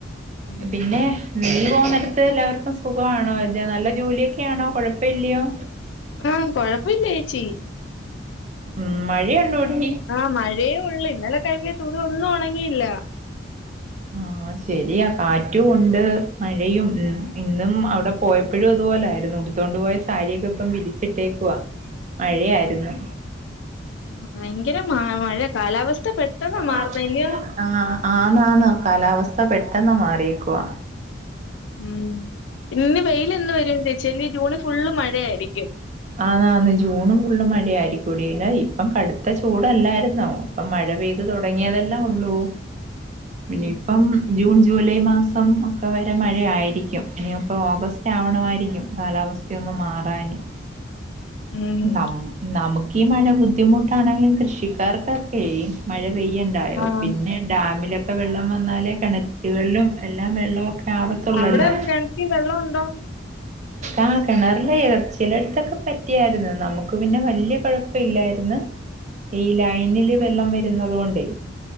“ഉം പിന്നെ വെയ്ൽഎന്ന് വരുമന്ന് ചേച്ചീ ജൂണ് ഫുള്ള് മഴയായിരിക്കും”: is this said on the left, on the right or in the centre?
Left